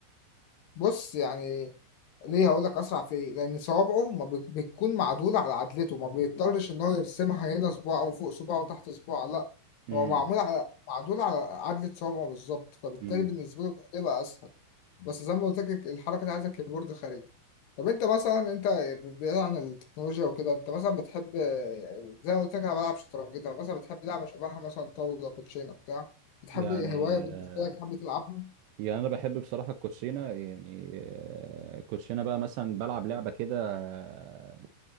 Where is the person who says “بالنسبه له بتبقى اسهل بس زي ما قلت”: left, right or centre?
Left